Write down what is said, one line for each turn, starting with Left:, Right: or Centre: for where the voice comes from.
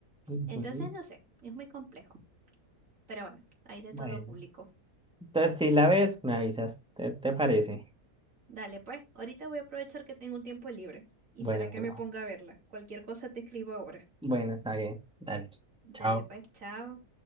Centre: Ujú.
Right: Entonces, no sé, es muy complejo, pero bueno, hay de
Centre: Bueno,
Right: todo público.
Centre: entonces si la ves, me avisas. ¿Te, te parece?
Right: Dale, pues, ahorita voy a aprovechar que tengo un tiempo libre. ¿Y
Centre: Bueno,
Right: será que
Centre: bueno,
Right: me ponga a verla? Cualquier cosa te escribo ahora.
Centre: bueno, está bien. Dale.
Right: Dale,
Centre: Chao.
Right: pues, chao.